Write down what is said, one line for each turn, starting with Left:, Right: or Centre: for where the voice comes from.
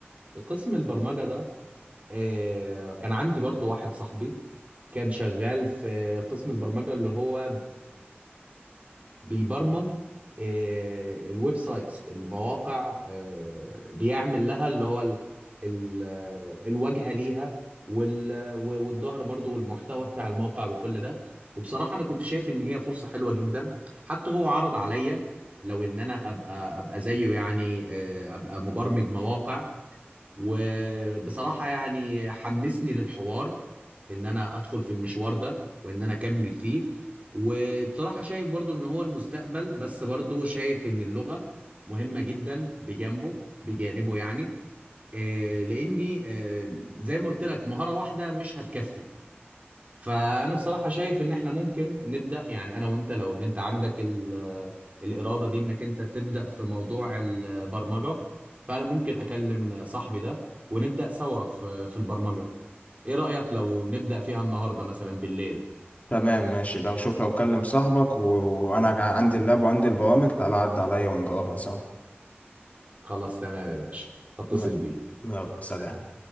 Right: قسم البرمجة ده آه، كان عندي برضو واحد صاحبي كان شغال في قسم البرمجة اللي هو بيبرمج آه، الويب سايتس المواقع آه، بيعمل لها اللي هو ال- ال- آه، الواجهة ليها وال- و- والظهر برضو والمحتوى بتاع الموقع وكل ده وبصراحة أنا كنت شايف إن هي فرصة حلوة جدا حتى هو عرض عليا لو إن أنا أبقى أبقى زيه يعني آه، أبقى مبرمج مواقع وبصراحة يعني حمسني للحوار ان انا ادخل في المشوار ده وان انا اكمل فيه وبصراحة شايف برضو ان هو المستقبل بس برضو شايف ان اللغة مهمة جدا بجانبه بجانبه يعني آه، لاني آه، زي ما قلت لك مهارة واحدة مش هتكفي فانا بصراحه شايف ان احنا ممكن نبدا يعني انا وانت لو ان انت عندك ال آه، الاراده دي انك انت تبدا في موضوع البرمجه فانا ممكن اكلم صاحبي ده ونبدا سوا في في البرمجه ايه رايك لو نبدا فيها النهارده مثلا بالليل
Left: تمام ماشي لو شوف لو كلم صاحبك و- وانا عندي اللاب وعندي البرامج تعالى عد عليا ونجربها سوا
Right: خلاص تمام يا باشا هتصل
Left: يلا
Right: بيك
Left: يلا، سلام
Right: سلام